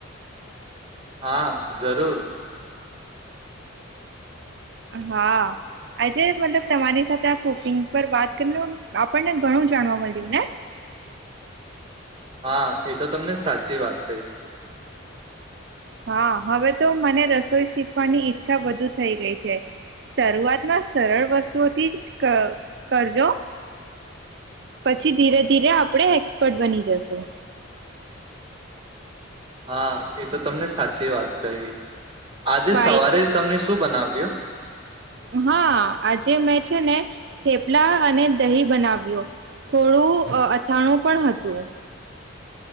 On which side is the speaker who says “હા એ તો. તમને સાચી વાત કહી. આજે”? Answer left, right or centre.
Right